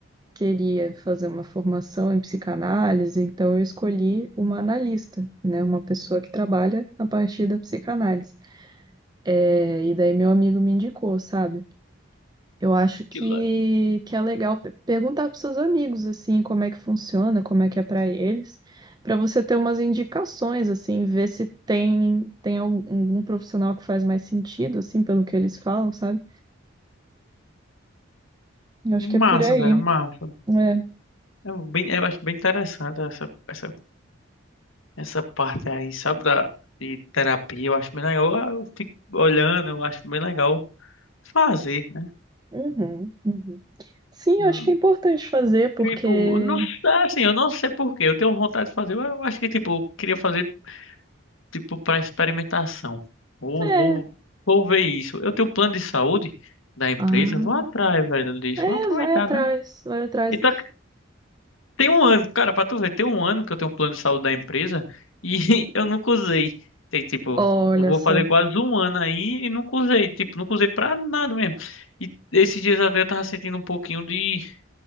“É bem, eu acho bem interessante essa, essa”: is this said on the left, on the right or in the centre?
Left